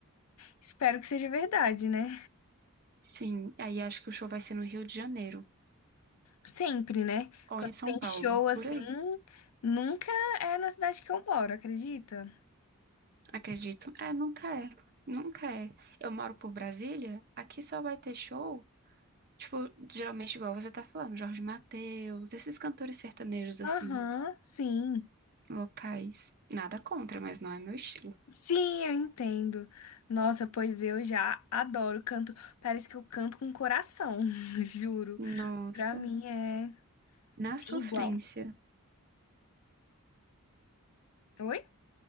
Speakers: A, on the left (about 85°); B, on the right (about 45°).
A: Espero que seja verdade, né?
B: Sim, aí acho que o show vai ser no Rio de Janeiro
A: Sempre, né?
B: ou
A: Quando
B: em São
A: tem
B: Paulo,
A: show assim,
B: por aí.
A: nunca é na cidade que eu moro, acredita?
B: Acredito. É, nunca é. Nunca é. Eu moro por Brasília, aqui só vai ter show, tipo, geralmente igual você tá falando, Jorge Mateus, esses cantores sertanejos assim,
A: Aham, sim.
B: locais. Nada contra, mas não é meu estilo.
A: Sim, eu entendo. Nossa, pois eu já adoro canto. Parece que eu canto com coração, <laughs> juro.
B: Nossa,
A: Pra mim é
B: na sofrência.
A: igual. Oi?